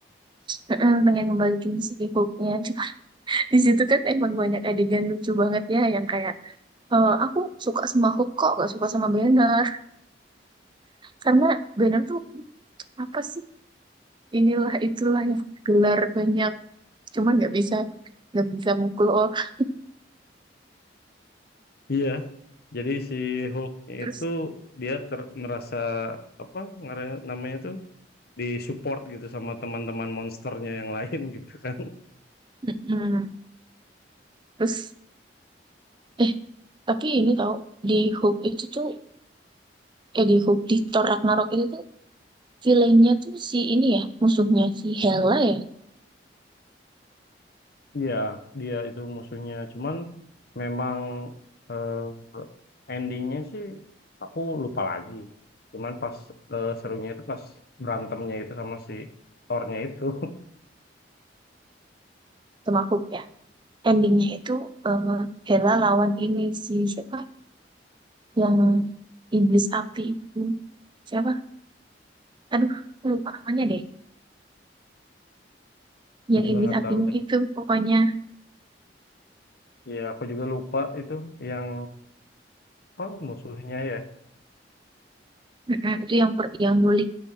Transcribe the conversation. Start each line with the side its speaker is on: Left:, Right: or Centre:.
Right: mm pengen ngembalikin si Hulk-nya. Cuma <laughs> di situ kan emang banyak adegan lucu banget ya. Yang kayak Eh, aku suka sama hook kok, gak suka sama banner. Karena banner tuh apa sih? Inilah itulah yang gelar banyak. Cuman nggak bisa, nggak bisa mukul orang.
Left: Iya. Jadi si Hulk
Right: Terus,
Left: itu dia ter merasa apa ngare- namanya itu di support gitu sama teman-teman monsternya yang lain <laughs> gitu kan.
Right: mm, terus, eh tapi ini tau di hook itu tuh, eh di hook di Thor Ragnarok itu tuh villainnya tuh si ini ya, musuhnya si Hela ya,
Left: Iya, dia itu musuhnya. Cuman memang eh, endingnya sih aku lupa lagi. Cuman pas eh, serunya itu pas berantemnya itu sama si Thor-nya itu. <laughs>
Right: sama hook ya. Endingnya itu eh, Hela lawan ini si siapa? Yang iblis api itu siapa? Aduh, aku lupa namanya deh.
Left: Aku
Right: yang
Left: juga
Right: iblis
Left: nggak
Right: apinya
Left: tahu deh.
Right: itu pokoknya <laughs>
Left: Iya, aku juga lupa itu yang apa musuhnya ya.
Right: Mm-mm, itu yang per, yang nyulik